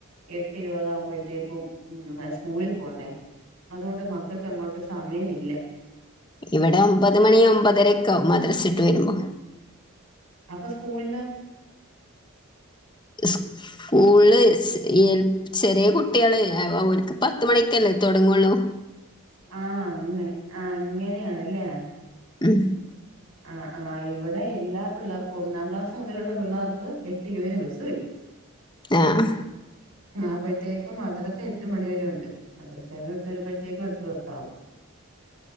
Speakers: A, on the right (about 90°); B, on the left (about 20°).
A: എട്ട് ഇരുപതാകുമ്പോഴത്തേക്കും ഉം സ്കൂളിൽ പോണ്ടേ അതുകൊണ്ട് മക്കൾക്ക് അങ്ങോട്ട് സമയമില്ല.
B: ഇവിടെ ഒമ്പത് മണി ഒമ്പതരക്കാവും മദ്രസവിട്ട് വരുമ്പോ.
A: അപ്പൊ സ്കൂളിലാ
B: സ്കൂള്ൽചെറിയ കുട്ടികള് അല്ലെ ഓൽക്ക് പത്ത് മണിക്കല്ലേ തൊടങ്ങൊള്ളു.
A: ആഹ് അങ്ങനെ ആ അങ്ങനെയാണ് ല്ലേ
B: ഉം
A: ആ ആ ഇവിടെ എല്ലാ പിളളർക്കും ഒന്നാം ക്ലാസ് മുതലുള്ള പിളർക്ക് എട്ട് ഇരുപതിന് ബസ്സ് വരും
B: ആ ആ ഹ
A: അപ്പഴത്തെക്കും മദ്റസ എട്ട് മണിവരെ ഉണ്ട് മദ്റസെന്ന് വിട്ട് വരുമ്പോഴത്തേയ്ക്കും എട്ട്പത്താകും